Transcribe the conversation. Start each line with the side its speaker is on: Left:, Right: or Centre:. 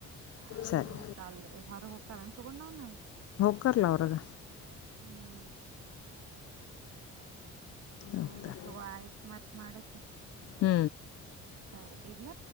Right: ಅ
Left: ಸರಿ
Right: ಎ ಸ್ಟಾಳ್ದೆ ಹೊರ ಹೊಕ್ಕರೆನ್ ತಗೊಂಡ್ ನಾನ.
Left: ಇರ್ತಲ್ಲ ಹೊರಗ.
Right: ಹ್ಮ್ ಸರಿ
Left: ಹೋಗ್ತಾರೆ
Right: ತೊಗೊ ಆಯ್ತ್ ಮತ್ ಮಾಡಕಿ.
Left: ಹ್ಮ್
Right: ಸರಿ ಇಡ್ಲ.